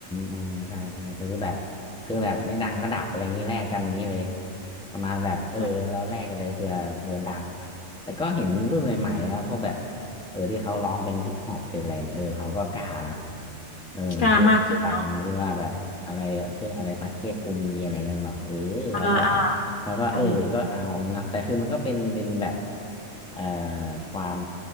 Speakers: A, in the centre; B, on the left.
A: อืมใช่ใช่คือแบบคือแบบไม่ดังก็ดับอะไรอย่างงี้แลกกันอย่างงี้เลยประมาณแบบเออเราแลกกันเลยเผื่อเผื่อดัง
B: ใช่
A: แต่ก็เห็นรุ่นใหม่ๆนะพวกแบบเออที่เขาร้องเป็นฮิปฮอปเป็นอะไรเนี่ยเออเขาก็กล้านะเออเหมือนที่ดังที่ว่าแบบอะไรชื่ออะไรประเทศกูมีอะไรนั่นเปล่าเออเขาก็
B: กล้ามากขึ้นเนาะอ่าอ่า
A: แล้วก็เออก็เอาอย่างงี้เนาะแต่คือมันก็เป็นเป็นแบบ
B: ใช่
A: เอ่อความ